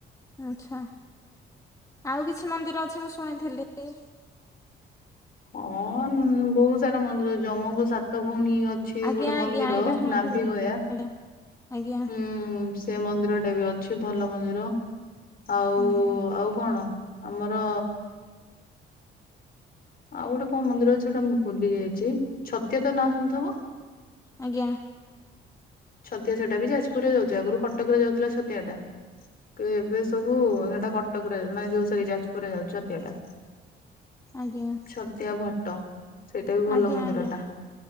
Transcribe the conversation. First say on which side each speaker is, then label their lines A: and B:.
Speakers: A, on the left; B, on the left.
A: ଆଚ୍ଛା। ଆଉ କିଛି ମନ୍ଦିର ଅଛି ମୁଁ ଶୁଣିଥିଲି।
B: ହଁ ବହୁତ ସାରା ମନ୍ଦିର ଜମଙ୍କ ସା ଭଉଣୀ ଅଛି
A: ଆଜ୍ଞା
B: ଗୋଟେ ମନ୍ଦିର
A: ଆଜ୍ଞା ଏଇଟା ଶୁଣିଥିଲି।
B: ନାଭି ଗୟା।
A: ଆଜ୍ଞା ଆଜ୍ଞା
B: ହୁଁ ସେ ମନ୍ଦିର ଟା ବି ଅଛି ଭଲ ମନ୍ଦିର ଆଉ
A: ଓହୋ
B: ଆଉ କଣ? ଆମର ଆଉ ଗୋଟେ କଣ ମନ୍ଦିର ଅଛି ଯୋଉଟା ମୁଁ ଭୁଲି ଯାଇଚି। ଛତିଆ ତ ନାଁ ଶୁଣିଥିବ?
A: ଆଜ୍ଞା ଆଜ୍ଞା
B: ଛତିଆ ସେଟା ବି ଯାଜପୁରରେ ଯାଉଚି ଆଗରୁ କଟକ ରେ ଯାଉଥିଲା ଛତିଆ ଟା। ତ ଏବେ ସବୁ ସେଟା କଟକରେ ନା ଯୋଉ ସରି ଯାଜପୁରରେ ଯାଉଚି ଛତିଆଟା।
A: ଆଜ୍ଞା
B: ଛତିଆ ଭଟ୍ଟ ସେଇଟା ବି ଭଲ
A: ଆଜ୍ଞା
B: ମନ୍ଦିର
A: ଆଜ୍ଞା
B: ଟା।